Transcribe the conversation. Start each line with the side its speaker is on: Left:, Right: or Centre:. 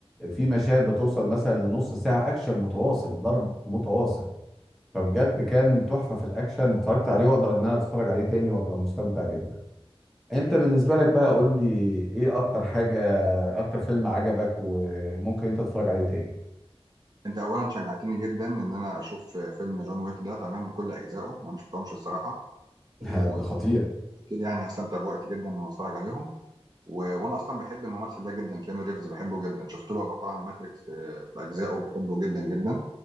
Centre: في مشاهد بتوصل مثلا لنص ساعة أكشن متواصل ضرب متواصل فبجد كان تحفة في الأكشن اتفرجت عليه وأقدر إن أنا أتفرج عليه تاني وأبقى مستمتع جدا أنت بالنسبة لك بقى قول لي إيه أكتر حاجة أكتر فيلم عجبك وممكن أنت تتفرج عليه تاني
Right: انت اولا شجعتني جدا ان انا اشوف فيلم جون ويك ده تمام بكل اجزائه انا مش شفتهمش الصراحه واكيد
Centre: <laughs> لا، ده خطير
Right: يعني هستمتع بوقتي جدا ان أنا اتفرج عليهم و... وانا اصلا بحب الممثل ده جدا كيانو ريفز بحبه جدا شفت له بقى طبعا ماتريكس آه، باجزائه بحبه جدا جدا